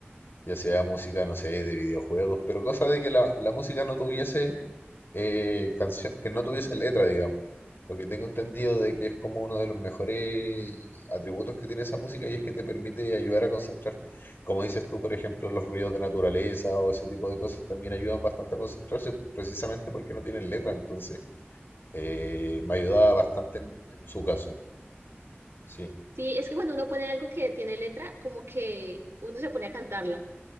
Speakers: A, on the left (about 60°); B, on the right (about 75°).
A: ya sea música, no sé, de videojuegos, pero cosa de que la, la música no tuviese eh, canción, que no tuviese letra, digamos, porque tengo entendido de que es como uno de los mejores atributos que tiene esa música y es que te permite ayudar a concentrarte. Como dices tú, por ejemplo, los ruidos de naturaleza o ese tipo de cosas también ayudan bastante a concentrarse precisamente porque no tienen letra, entonces eh, me ayudaba bastante en en su caso. Sí,
B: Sí, es que cuando uno pone algo que tiene letra, como que uno se pone a cantarla.